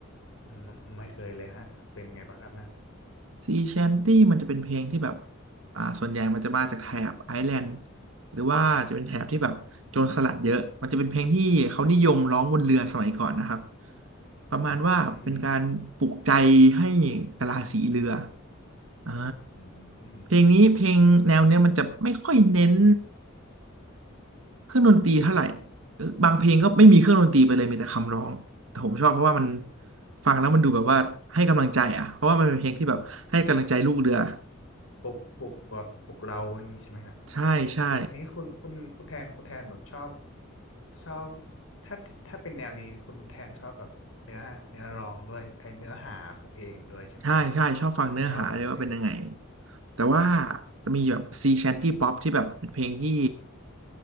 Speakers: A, on the left; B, on the right.
A: ไม่ไม่เคยเลยฮะเป็นยังไงบ้างครับนะ
B: Sea Shanty มันจะเป็นเพลงที่แบบอ่าส่วนใหญ่มันจะมาจากแถบไอร์แลนด์หรือว่าจะเป็นแถบที่แบบโจรสลัดเยอะมันจะเป็นเพลงที่เขานิยมร้องบนเรือสมัยก่อนนะครับประมาณว่าเป็นการปลุกใจให้
A: อืม
B: กะลาสีเรือ อ่า
A: อืม
B: เพลงนี้เพลงแนวเนี้ยมันจะไม่ค่อยเน้นเครื่องดนตรีเท่าไหร่เออบางเพลงก็ไม่มีเครื่องดนตรีไปเลยมีแต่คำร้องแต่ผมชอบเพราะว่ามันฟังแล้วมันดูแบบว่าให้กำลังใจอ่ะเพราะว่ามันเป็นเพลงที่แบบให้กำลังใจลูกเรือ
A: ปลุกปลุกแบบปลุกเราอย่างนี้ใช่ไหมฮะ
B: ใช่ใช่
A: อันนี้คุณคุณคุณแทนคุณแทนแบบชอบชอบถ้าถ้าเป็นแนวนี้คุณแทนชอบแบบเนื้อเนื้อร้องด้วยไอเนื้อหาของเพลงด้วยใช่ไหมฮะ
B: ใช่ใช่ชอบฟังเนื้อหาเลยว่าเป็นยังไง
A: ถึงชอบเป็นพิเศษ
B: แต่ว่าจะมีแบบซีแชนตี้ป๊อปที่แบบเป็นเพลงที่